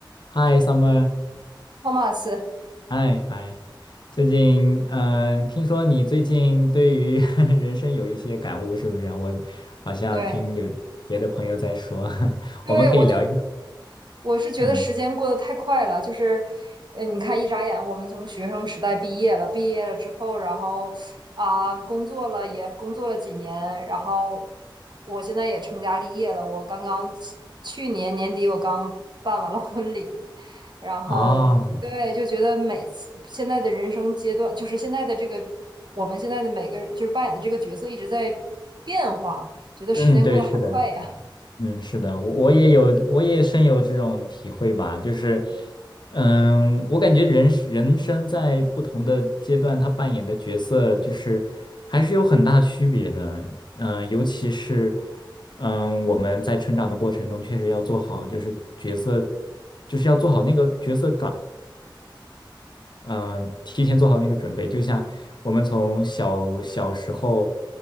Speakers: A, on the left; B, on the right.
A: 嗨，Summer，
B: 托马斯，
A: 嗨嗨，最近嗯，听说你最近对于 <laughs> 人生有一些感悟，是不是？我好像听有别的朋友在说，
B: 对
A: <laughs>
B: 对，
A: 我们可以聊一聊。
B: 我就我是觉得时间过得太快了，
A: 嗯，
B: 就是，呃，你看一眨眼，我们从学生时代毕业了，毕业了之后，然后啊、工作了，也工作了几年，然后我现在也成家立业了，我刚刚去去年年底我刚办完了婚礼，然后对，
A: 哦，
B: 就觉得每次现在的人生阶段，就是现在的这个我们现在的每个就是扮演的这个角色一直在变化，觉得时间过得好快呀。
A: 嗯，对，是的，嗯，是的，我我也有，我也深有这种体会吧。就是，嗯，我感觉人是人生在不同的阶段，他扮演的角色就是还是有很大区别的。嗯，尤其是，嗯，我们在成长的过程中，确实要做好，就是角色，就是要做好那个角色。嗯、呃提前做好那个准备，就像我们从小小时候，